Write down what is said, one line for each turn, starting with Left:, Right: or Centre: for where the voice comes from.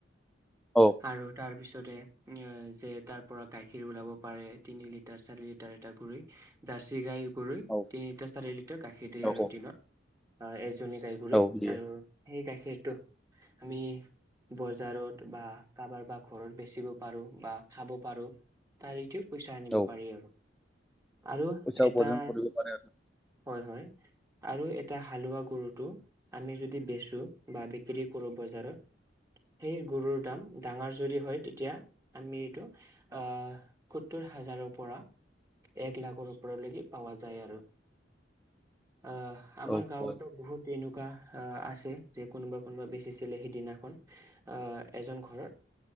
Centre: অ
Right: আৰু তাৰ পিছতে এ যে তাৰ পৰা গাখীৰ ওলাব পাৰে তিনি লিটাৰ চাৰি লিটাৰ এটা গুৰি জাৰ্চি গাই গৰুই
Centre: অ
Right: তিনি লিটাৰ চাৰি লিটাৰ গাখীৰ দিয়াৰ
Centre: অ
Right: ৰুটিনত
Centre: অ
Right: গুৰি
Centre: অ দিয়ে
Right: আৰু সেই গাখীৰতটো আমি বজাৰত বা কাৰোবাৰ বা ঘৰত বেচিব পাৰো বা খাব পাৰো তাৰেটো পইচা আনিব
Centre: অ
Right: পাৰি আৰু আৰু
Centre: পইচা
Right: এটা
Centre: উপাৰ্জন কৰিব পাৰে আৰু
Right: হয় হয় আৰু এটা হালোৱা গৰুটো আমি যদি বেচো বা বিক্ৰী কৰো বজাৰত সেই গৰুৰ দাম ডাঙৰ যদি হয় তেতিয়া আমি এইটো আহ সত্তৰ হাজাৰ পৰা এক লাখৰ ওপৰত লৈকে পাৱা যায় আৰু অ আমাৰ
Centre: অ
Right: গাঁৱতো
Centre: অ
Right: বহুত এনেকুৱা। আহ আছে যে কোনোবা কোনোবা বেচিছিলে সিদিনাখন। আহ এজন ঘৰত